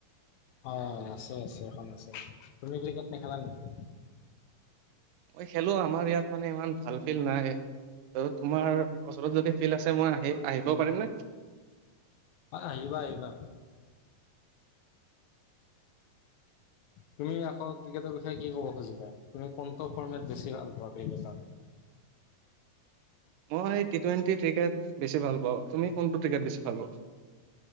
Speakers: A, on the left; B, on the right.
A: অঁ আছে আছে, এখন আছে। তুমি ক্ৰিকেট নেখেলা নেকি?
B: মই খেলো আমাৰ ইয়াত মানে ইমান ভাল ফিল্ড নাই। ত, তোমাৰ ওচৰত যদি ফিল্ড আছে মই আহি আহিব পাৰিম নে?
A: অ, আহিবা আহিবা। তুমি আকৌ ক্ৰিকেটৰ বিষয়ে কি ক'ব খুজিবা? তুমি কোনটো ফৰ্মেট বেছি ভাল পোৱা ক্ৰিকটৰ?
B: মই টি টুৱেণ্টি ক্ৰিকেট বেছি ভাল পাওঁ, তুমি কোনটো ক্ৰিকেট বেছি ভাল পোৱা?